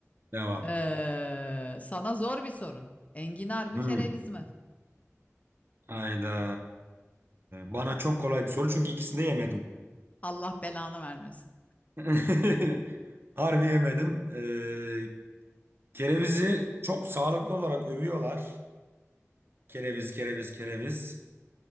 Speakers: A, on the right (about 45°); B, on the left (about 30°).
A: Devam.
B: Ee, sana zor bir soru. Enginar mı
A: Hı.
B: kereviz mi?
A: Hayda. Bana çok kolay bir soru çünkü ikisini de yemedim.
B: Allah belanı vermesin.
A: <laughs> Harbi yemedim. Ee, Kerevizi çok sağlıklı olarak övüyorlar. Kereviz, kereviz, kereviz.